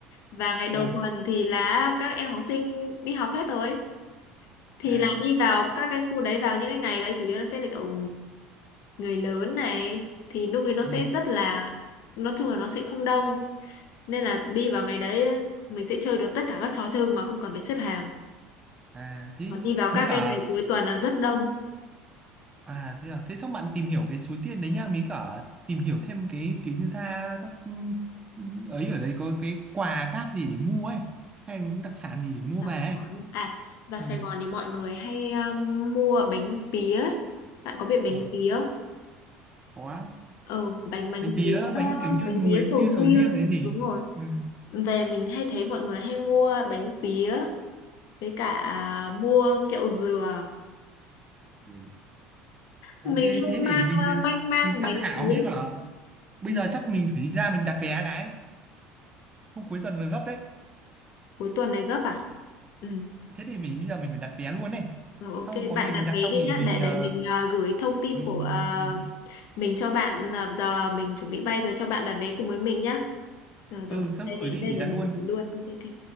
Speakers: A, on the left; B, on the right.
A: và ngày đầu
B: ừ
A: tuần thì là các em học sinh đi học hết rồi thì
B: à
A: là đi vào các cái khu đấy vào những cái ngày đấy chủ yếu là sẽ là kiểu người lớn này thì lúc ấy nó
B: ừ.
A: sẽ rất là nói chung là nó sẽ không đông nên là đi vào ngày đấy mình sẽ chơi được tất cả các trò chơi mà không cần phải xếp hàng
B: À thế
A: còn đi vào
B: mới
A: các
B: cả
A: cái ngày cuối tuần là rất đông
B: à thế à thế xong bạn tìm hiểu cái số tiền đấy nhá mới cả tìm hiểu thêm cái kiểu như ra các ừ, ấy ở đây có cái quà cáp gì để mua ấy hay những đặc sản gì để mua
A: đặc
B: về ấy
A: sản à vào
B: ừ.
A: Sài Gòn thì mọi người hay um, mua bánh pía bạn có biết bánh
B: ờ,
A: pía không
B: có
A: ừ bánh bánh
B: bánh bía
A: pía
B: bánh kiểu như
A: bánh
B: mùi
A: pía sầu
B: như
A: riêng
B: sầu riêng đấy gì
A: đúng rồi
B: ừ.
A: về mình hay thấy mọi người hay mua bánh pía với cả à, mua kẹo dừa
B: Ừ. ok
A: mình
B: thế
A: hay
B: để,
A: mang
B: để mình
A: uh, manh mang
B: mình
A: bánh
B: tham khảo
A: pía
B: mới cả bây
A: ừ.
B: giờ chắc mình phải đi ra mình đặt vé cái hôm cuối tuần là gấp đấy
A: cuối tuần này gấp à ừ.
B: thế thì mình bây giờ mình phải đặt vé luôn này
A: Rồi
B: xong
A: ok,
B: có
A: bạn
B: gì
A: đặt
B: mình đặt
A: vé
B: xong
A: đi
B: thì
A: nhá
B: mình
A: để để
B: ờ,
A: mình ờ, gửi thông tin
B: mình
A: của ờ,
B: ừ.
A: mình cho bạn ờ, giờ mình chuẩn bị bay rồi cho bạn đặt vé cùng với mình nhá. Rồi
B: ừ
A: rồi,
B: sắp
A: đây
B: gửi
A: đây
B: đi
A: đây
B: để
A: để
B: đặt
A: mình
B: luôn
A: gửi luôn. Ok ok.